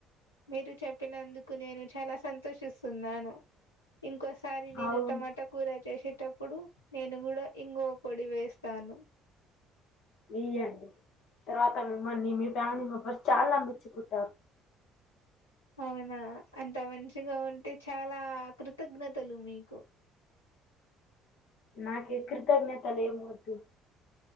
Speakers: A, on the left; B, on the left.
A: మీరు చెప్పినందుకు నేను చాలా సంతోషిస్తున్నాను ఇంకోసారి నేను
B: అవును
A: టమాటా కూర చేసి టప్పుడు నేను కూడా ఇంగువ పొడి వేస్తాను
B: ఇయ్యండి తర్వాత మిమ్మల్ని మీ ఫ్యామిలీ మెంబర్స్ చాలా మెచ్చుకుంటారు
A: అవునా అంత మంచిగా ఉంటే చాలా కృతజ్ఞతలు మీకు
B: నాకే కృతజ్ఞతలు ఏమి వద్దు